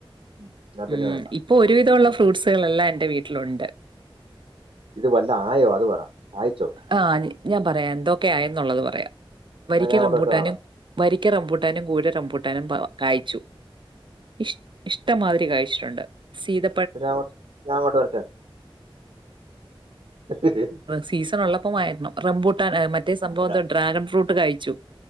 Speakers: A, on the right; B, on the right.
A: ഉം. എന്നാ പിന്നെ
B: ഉം
A: വേണ്ട
B: ഇപ്പൊ
A: ആ,
B: ഒരുവിധമുള്ള
A: അത്
B: ഫ്രൂട്ട്സുകളൾെല്ലാം എൻറെ വീട്ടിലുണ്ട്.
A: ഇത് വല്ലോം ആയോ അത് പറാ കായിചോ
B: ആഹ ഞാൻ പറയാം എന്തൊക്കെയ ആയെന്നുള്ളത് പറയാം വരിക്കറം
A: എന്നാ ഞാൻ അങ്ങോട്ട് വരട്ടെ
B: പൂട്ടാനും
A: നാളെ
B: വരിക്ക റംബൂട്ടാനും കൂര റംബൂട്ടാനും കായച്ചു ഇഷ ഇഷ്ടംമാതിരി കഴിച്ചിട്ടുണ്ട്. സീത
A: അപ്പ ഞാങ്ങോട്ട് ഞാങ്ങട്ട് വരടൊ ആഹ്
B: സീസൺ ഉള്ള പം വായോ. റംബൂട്ടാ മറ്റേ സംഭവം
A: അതാ
B: ഡ്രാഗൺ ഫ്രൂട്ട് കഴിച്ചു